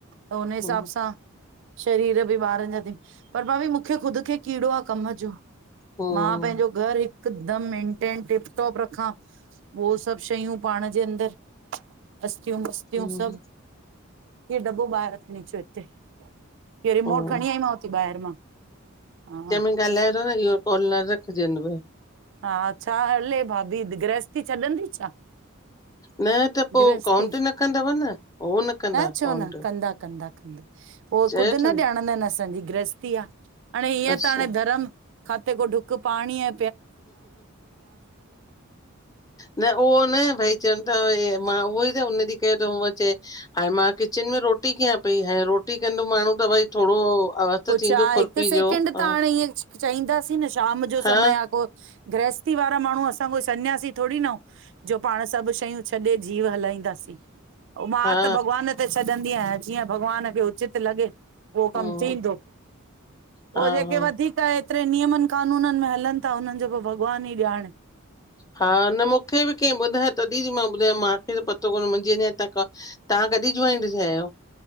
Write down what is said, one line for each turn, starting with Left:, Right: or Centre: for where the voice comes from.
Right: पो उन्हे
Left: हम्म
Right: हिसाब सां शरीर बि ॿारनि जा थी, पर भाभी मुखे ख़ुदि खे कीड़ो आ कम जो
Left: हम्म
Right: मां पंहिंजो घर हिकदम मेनटेन टिप- टॉप रखां। उहो सभु शयूं पांण जे अंदरि अस्तियुं मस्ति तियूं
Left: हम्म
Right: सभु, हे डॿो ॿाहिरां खणीं चो हिते। इह्यो रिमोट
Left: हम्म।
Right: खणीं आईमांवती ॿाहिरि मां, हा।
Left: गाल्हायो ता न इह्यो काल न रखजंदुव।
Right: हा छा हले भाभी, गृहस्थी छॾंदी छा।
Left: न त पो
Right: गृहस्थी
Left: काउंट न कंदव न हो न कंदा
Right: छो
Left: काउंट
Right: न कंदा -कंदा। हो
Left: चयोथन
Right: ख़ुदि न ॼाणंदा हिनि असांजी गृहस्थी आ हाणें हीअं
Left: अच्छा
Right: त हाणे धरम खाते को ढुक पांणीअ
Left: न उहो न भई चवनि ता वरी मां उहोई त उन्ह ॾीह कयो त हुअ चए, हाणे मां किचन में रोटी कयां पई, हाणे रोट रोटी कंदो माण्हूं त भई थोड़ो आवाज़
Right: पो
Left: त थींदो
Right: छा हिकु
Left: खुरपी
Right: सेकेंड
Left: जो
Right: त
Left: हा
Right: हाणें ईअं चईंदासीं न शाम जो
Left: हा
Right: समय आ को गृहस्थी वारा माण्हूं, असां कोई सन्यासी थोड़ी न हुं। जो पांण सभु शयूं छॾे जीव हलाईंदासीं। ओ मां
Left: हा
Right: त भॻवान ते छॾंदी आहियां जीअं भॻवान खे उचित लॻे उहो कमु
Left: हम्म,
Right: थींदो,
Left: हा
Right: हो जेके
Left: हा
Right: वधीक त एतिरे नियमनि कानूननि में हलनि ता, हुनन्हनि जो पो भॻवान ई ॼाणें।
Left: हा न मुखे बि कंहिं ॿुधायो तॾीहि ती मां ॿुधायां माखे त पतो कोन्हे मुंजी अंञां हितां काल। तहां कॾी ज्वाइन्ड थिया आहियो?